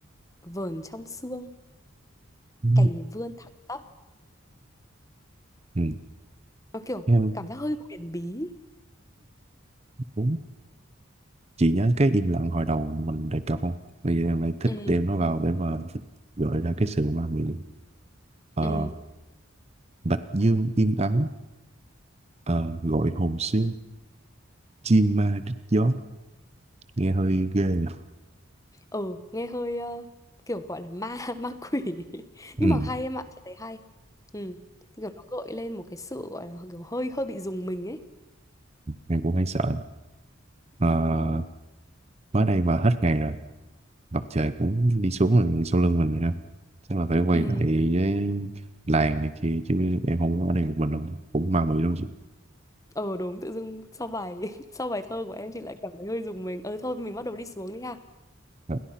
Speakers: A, on the left; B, on the right.
A: vờn trong xương
B: Ừ,
A: cành vươn thẳng tắp
B: ừ,
A: nó kiểu
B: em
A: cảm giác hơi huyền bí
B: ừ. chị nhớ cái im lặng hồi đầu mình đề cập không bây giờ em lại thích
A: ừ
B: đem nó vào để mà gợi ra cái sự ma mị Ờ,
A: ừ
B: bạch dương im ắng ờ, gọi hồn xương chim ma rít gió nghe hơi ghê nhỉ
A: ừ nghe hơi ờ, kiểu gọi là ma <laughs> ma quỷ <laughs> nhưng
B: ừ
A: mà hay em ạ chị thấy hay ừ kiểu nó gợi lên một cái sự gọi là kiểu hơi hơi bị dùng mình ấy
B: em cũng hay sợ Ờ, mới đây mà hết ngày rồi mặt trời cũng đi xuống rồi sau lưng mình rồi ha chắc là phải quay
A: ừ
B: lại với làng này kia chứ em không có ở đây một mình đâu cũng ma mị lắm chị
A: ờ đúng tự dưng sau bài <laughs> sau bài thơ của em chị lại cảm thấy hơi dùng mình ờ thôi mình bắt đầu đi xuống đi ha
B: Ờ.